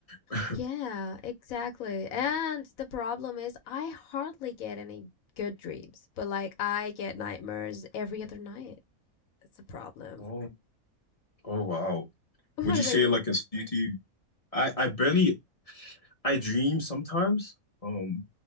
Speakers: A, on the left; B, on the left.
A: <laughs>
B: Yeah, exactly.
A: Oh,
B: And
A: yeah.
B: the problem is, I hardly get any good dreams, but like I get nightmares every other night. That's a problem.
A: oh
B: <laughs>
A: oh, wow.
B: What
A: Would you
B: about
A: say
B: you?
A: like it's due to you? I I barely I dream sometimes, um,